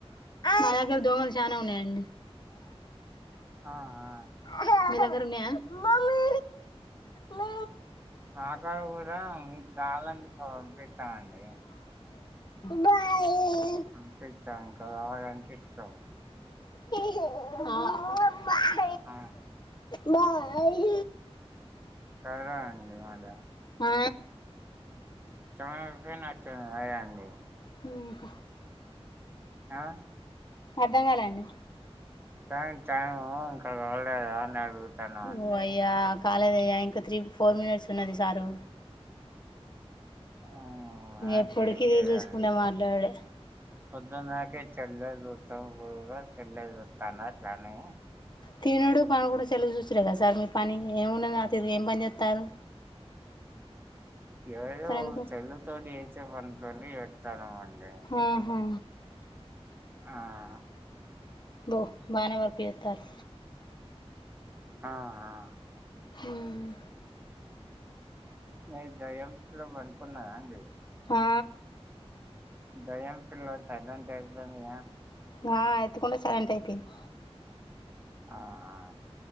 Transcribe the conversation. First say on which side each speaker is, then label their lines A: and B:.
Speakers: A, on the left; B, on the right.
A: మలాగలు దోమలు చానా ఉన్నాయండి
B: ఆ హా
A: అహా హా మీ దగ్గర ఉన్నాయా మమ్మీ మి
B: నాకడ కూడా మీకు కావాలంటి ఇంకా పంపిస్తామండి
A: బాయ్
B: పంపిత ఇంకా కావాలంటే ఇత్తం
A: ఆహ్
B: ఆ
A: బాయ్
B: సరే అండి మరి
A: ఆ
B: త <unintelligible> నాచ్చ అ అండి.
A: ఉహ్ హు
B: ఆ
A: అర్ధం గాలే అండి.
B: దానిక్ టైము రాలే కదా అని అడుగుతాన్న అండి.
A: ఓ అయ్యా కాలేదయ్యా ఇంకా త్రీ ఫోర్ మినిట్స్ ఉన్నది సారు.
B: ఉహ్ నాకేంలేదన్డి
A: ఎప్పటికి ఇది చూసుకుంటే మాట్లాడే
B: పొద్దున్ధకా చెల్లజూతాం ఊక సెల్లే చూస్ తన్న దాన్నీ
A: తినుడు, పానుకుడు, సెల్ చూసుడేగా సార్ మీ పని ఇంగ్ ఏమున్నాదాడ్. తిరిగి ఏం పని జెతరు
B: ఎదో
A: ఎందుకు
B: చెల్తోటి ఏచ ప <unintelligible> డి ఎతనమండి
A: ఆహా
B: ఆహ్
A: బో బానే వర్కు చేతరు.
B: ఆ ఆ
A: ఉహ్మ్
B: మీరు దెయ్యం లో పనుకున్నారా అండి
A: ఆ
B: దెయ్యం పిల్లల చలేంటపోయిందిగా.
A: ఆ ఎత్తుకుంటే సైలెంట్ అయిపోయింది.
B: ఆ ఆ